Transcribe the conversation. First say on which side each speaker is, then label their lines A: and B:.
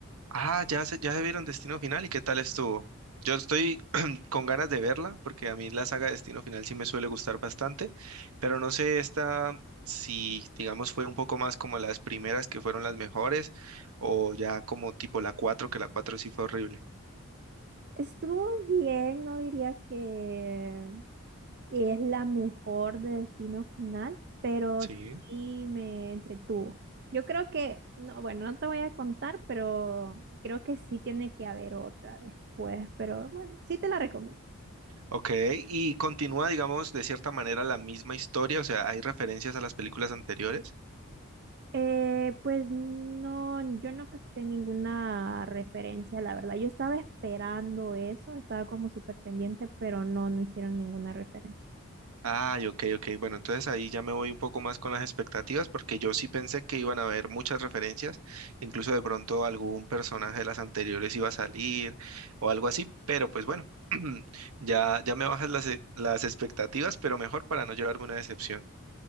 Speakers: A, on the right; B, on the right.
A: Ah, ya se, ya se vieron Destino Final y qué tal estuvo. Yo estoy <clears throat> con ganas de verla porque a mí la saga Destino Final sí me suele gustar bastante, pero no sé esta si, digamos, fue un poco más como las primeras que fueron las mejores o ya como tipo la 4 que la 4 sí fue horrible.
B: Estuvo bien, no diría que es la mejor de Destino Final, pero
A: Sí.
B: sí me entretuvo. Yo creo que, no, bueno, no te voy a contar, pero creo que sí tiene que haber otra después, pero bueno, sí te la recomiendo.
A: Ok, y continúa, digamos, de cierta manera la misma historia, o sea, hay referencias a las películas anteriores.
B: Eh, pues no, yo no capté ninguna referencia, la verdad. Yo estaba esperando eso, estaba como súper pendiente, pero no, no hicieron ninguna referencia.
A: Ay, ok, ok. Bueno, entonces ahí ya me voy un poco más con las expectativas porque yo sí pensé que iban a haber muchas referencias, incluso de pronto algún personaje de las anteriores iba a salir o algo así, pero pues bueno, <clears throat> ya, ya me bajas las, e- las expectativas, pero mejor para no llevarme una decepción.